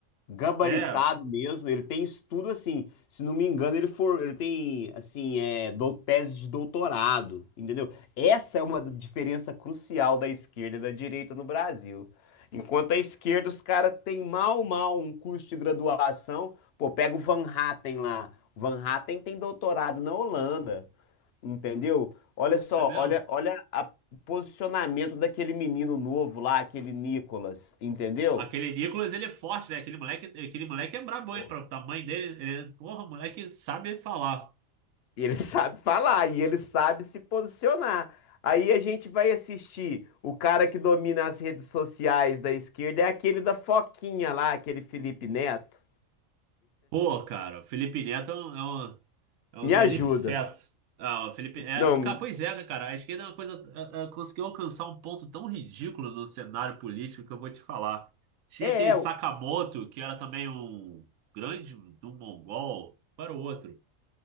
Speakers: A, on the left; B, on the right.
A: gabaritado
B: É,
A: mesmo, ele tem estudo assim, se não me engano, ele for, ele tem assim, é, do, tese de doutorado, entendeu? Essa é uma diferença crucial da esquerda e da direita no Brasil. Enquanto a esquerda, os caras têm mal, mal um curso de graduação. Pô, pega o Van Hatten lá. O Van Hatten tem doutorado na Holanda, entendeu? Olha só,
B: é mesmo.
A: olha, olha a- o posicionamento daquele menino novo lá, aquele Nicolas, entendeu?
B: Aquele Nicolas, ele é forte, né? Aquele moleque, aquele moleque é brabo,
A: Pô,
B: hein? Pra tamanho dele, ele, é- porra, o moleque sabe falar.
A: E ele <laughs> sabe falar, e ele sabe se posicionar. Aí a gente vai assistir. O cara que domina as redes sociais da esquerda é aquele da Foquinha lá, aquele Felipe Neto.
B: Pô, cara, o Felipe Neto é um, é um, é um
A: Me
B: Nelipfeto.
A: ajuda.
B: Ah, o Felipe. É,
A: Não,
B: cara, pois é, né, cara. A esquerda é uma coisa. é, é, conseguiu alcançar um ponto tão ridículo no cenário político que eu vou te falar. Tinha
A: é,
B: aquele
A: é,
B: Sakamoto, que era também um grande do mongol. Para o outro.